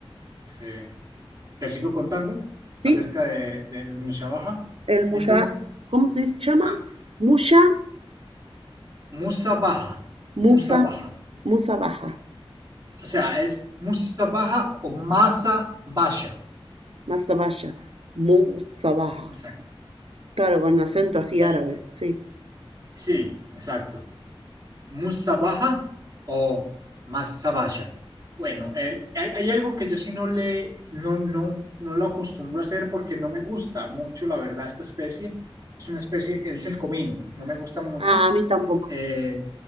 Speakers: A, on the right; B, on the right.
A: Sí. Te sigo contando acerca
B: ¿sí?
A: de, del musabaja.
B: El muya,
A: Entonces,
B: ¿cómo se llama?
A: ah,
B: Muya,
A: musabaja,
B: musa,
A: musabaja.
B: musa baja,
A: O sea, es musabaja o masa basha.
B: masa musa baja.
A: Exacto.
B: Claro, con acento así
A: Eh,
B: árabe, sí.
A: Sí, exacto. Musabaja o Masabasha. Bueno, el- hay, hay algo que yo sí no le, no, no, no lo acostumbro a hacer porque no me gusta mucho, la verdad, esta especie. Es una especie, es el comino, no me gusta mucho.
B: Ah, a mí tampoco.
A: Eh,